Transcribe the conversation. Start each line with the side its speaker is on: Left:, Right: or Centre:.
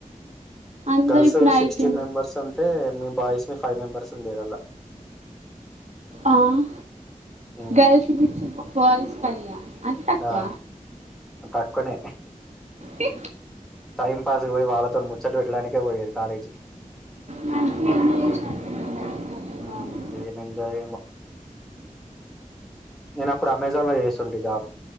Right: అందరు
Centre: గర్ల్స్
Right: ఇప్పుడు
Centre: సిక్స్టీన్
Right: ఐటీ
Centre: మెంబర్స్ ఉంటే మేం బాయ్స్ మెం ఫైవ్ మెంబెర్స్ ఉండేదల్లా
Right: అవునా
Centre: ఉమ్,
Right: గర్ల్స్ విక్స్ బాయ్స్ కయ్య అంత తక్కువ
Centre: ఆ తక్కువనే
Right: ఏ
Centre: టైం పాస్ కు పోయి వాళ్ళతో ముచ్చట్లు పెట్టడానికే పోయేది కాలేజీకి
Right: మంచిగా ఎంజాయ్ చేసినట్టున్నావు మరి కొంచెం
Centre: ఉమ్
Right: బాగా.
Centre: ఏం ఎంజాయ్ ఏమో నేనప్పుడు అమెజాన్ లో చేస్తుంటి జాబ్